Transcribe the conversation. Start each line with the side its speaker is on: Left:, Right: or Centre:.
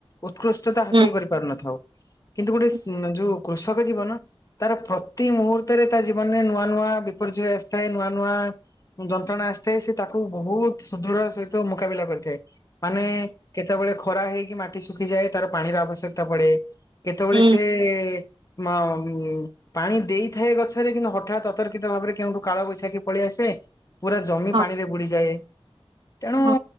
Left: ଉତ୍କୃଷ୍ଟତା ହାସଲ
Right: ହୁଁ
Left: କରିପାରୁନଥାଉ, କିନ୍ତୁ ଗୋଟେ
Right: ହୁଁ।
Left: ସି ଯୋଉ କୃଷକ ଜୀବନ ତାର ପ୍ରତି ମୁହୂର୍ତ୍ତରେ ତା ଜୀବନରେ ନୂଆ-ନୂଆ ବିପର୍ଯ୍ୟୟ ଆସିଥାଏ ନୂଆ-ନୂଆ ଯନ୍ତ୍ରଣା ଆସିଥାଏ ସେ ତାକୁ ବହୁତ ସୁଦୃଢ ସହିତ ମୁକାବିଲା କରିଥାଏ। ମାନେ କେତେବେଳେ ଖରା ହେଇକି ମାଟି ଶୁଖିଯାଏ ତାର ପାଣିର ଆବଶ୍ୟକତା ପଡ଼େ କେତେବେଳେ
Right: ହୁଁ
Left: ସେ ମଉଁ ପାଣି ଦେଇଥାଏ ଗଛରେ କିନ୍ତୁ ହଠାତ୍ ଅତର୍କିତ ଭାବରେ କେଉଁଠୁ କାଳବୈଶାଖୀ ପଳିଆସେ ପୁରା ଜମି
Right: ହଁ
Left: ପାଣିରେ ବୁଡିଯାଏ ତେଣୁ
Right: ହଁ